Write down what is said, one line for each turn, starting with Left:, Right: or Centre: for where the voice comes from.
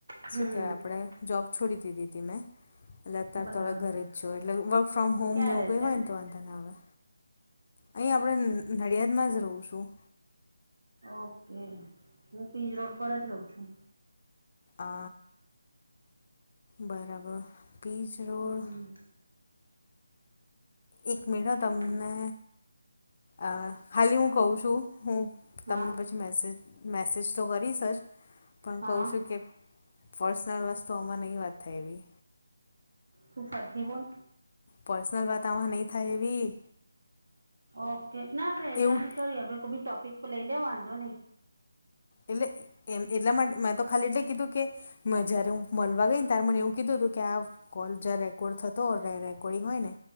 Right: હમ
Left: શું કે, આપણે જોબ છોડી દીધી હતી મેં. એટલે અતાર
Right: બરાબર
Left: તો હવે ઘરે છુ. એટલે વર્ક ફ્રોમ
Right: તો
Left: હોમને
Right: ક્યાં
Left: એવું
Right: રહે
Left: કઈ
Right: છે
Left: હોય
Right: તું
Left: ને તો વાંધા નાઆવે. અહીં આપણે નડિયાદમાં જ રહું છું.
Right: ઓક, હું પીજ રોડ પર જ રહું છું.
Left: અ, બરાબર. પીજ રોડ-
Right: હમ
Left: એક મીનીટ, હ
Right: હાલ.
Left: તમને અ ખાલી હું કઉ છું. હું તમને
Right: હા
Left: પછી મેસેજ મેસેજ તો કરીશ જ. પણ
Right: હા
Left: કહું છું કે- પર્સનલ વસ્તુઓમાં નહીં વાત થાય એવી.
Right: શુ, ફરથી બોલ
Left: પર્સનલ વાત આમાં નહી થાય એવી.
Right: ઓકે ના આપડે એવી
Left: એવું
Right: વાત નઈ કરવી આપડે કોઈ બી ટોપિક લઈ લે વાંધો નઈ.
Left: એટલે એમ એટલા માટે મેં તો ખાલી એટલે કીધું કે. મ જયારે હું મલવા ગઈ ને ત્યારે મને એવું કીધું હતું કે આ. કોલ જ્યાં રેકોર્ડ થતો હોય રે રેકોર્ડિંગ હોય ને